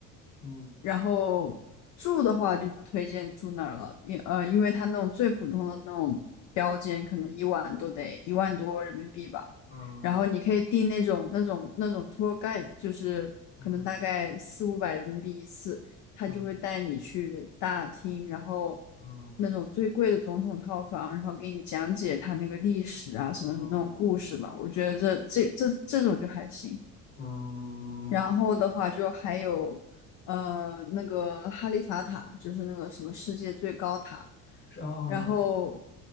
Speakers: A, on the left; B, on the left.
A: 嗯
B: 然后住的话就不推荐住那儿了，因呃，因为它那种最普通的那种标间，可能一晚都得一万多人民币吧。
A: 嗯
B: 然后你可以订那种那种那种 tour guide，就是可能大概四五百人民币一次，
A: 嗯
B: 他就会带你去大厅，
A: 嗯
B: 然后
A: 嗯
B: 那种最贵的总统套房，然后给你讲解他那个历史啊什么什么那种故事吧。
A: 嗯。
B: 我觉得这这这这种就还行。
A: 嗯，
B: 然后的话就还有呃那个哈利法塔，就是那个什么世界最高塔。
A: 是哦，
B: 然后，